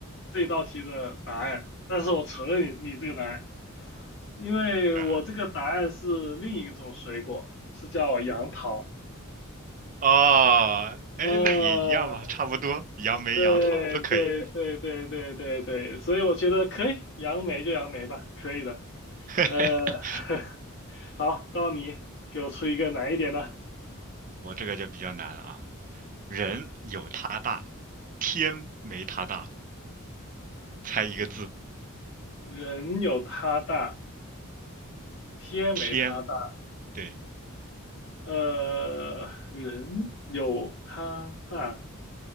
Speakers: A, on the left; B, on the right.
A: 这道题的答案，但是我承认你你这个答案，因为我这个答案是另一种水果，
B: 啊！
A: 是叫杨桃。
B: 哦，哎，
A: 呃，
B: 那也一样吧，差不多，杨梅、
A: 对对对对对对对，
B: 杨桃都可以。
A: 所以我觉得可以，杨梅就杨梅吧，可以的。
B: <laughs>
A: 呃，<laughs> 好，到你给我出一个难一点的。
B: 我这个就比较难了啊，人有它大，天没它大。猜一个字，
A: 人有他大，天没他大。
B: 天。对
A: 呃，人有他大，